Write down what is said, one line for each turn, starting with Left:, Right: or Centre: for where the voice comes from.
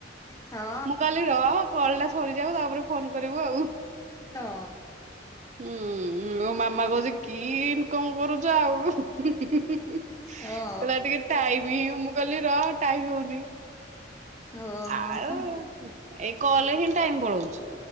Left: ହଁ
Right: ମୁଁ କହିଲି ରହ କଲ ଟା ସରିଯାଉ ତାପରେ ଫୋନ କରିବୁ ଆଉ।
Left: ହଁ
Right: ହୁଁ ମୋ ମାମା କହୁଛି କି ଇନକମ କରୁଛ ଆଉ। କହିଲ
Left: ହଁ
Right: ଟିକେ ଟାଇମ ହ ମୁଁ କହିଲି ର ଟାଇମ ହଉନି।
Left: ଓହୋ
Right: ଆଉ ଏଇ କଲେ ହିଁ ଟାଇମ ପଳଉଛି।